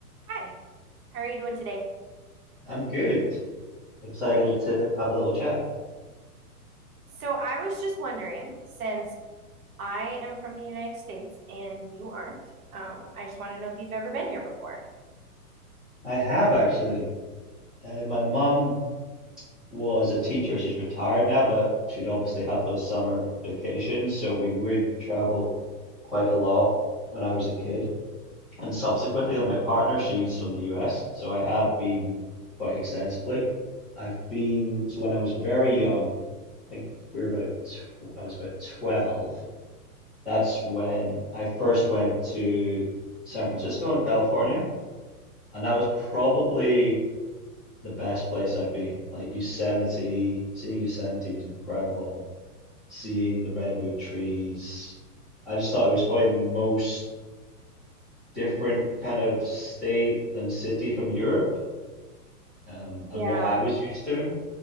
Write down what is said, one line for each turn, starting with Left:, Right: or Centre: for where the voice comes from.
Right: Hi, how are you doing today?
Centre: I'm good. Excited
Right: Great.
Centre: to have a little chat.
Right: So I was just wondering, since I am from the United States and you aren't, um, I just wanted to know if you've ever been here before.
Centre: I have actually. Uh, my mum was a teacher. She's retired now, but she'd obviously have those summer vacations. So we would travel quite a lot when I was a kid. And subsequently, on my partner, she's from the US. So I have been quite extensively. I've been, so when I was very young, I think we were about, tw I was about 12. That's when I first went to San Francisco in California. And that was probably the best place I've been. Like Yosemite, seeing Yosemite was incredible. Seeing the redwood trees. I just thought it was probably the most different kind of state and city from Europe, um, and
Right: Yeah,
Centre: what I was used to.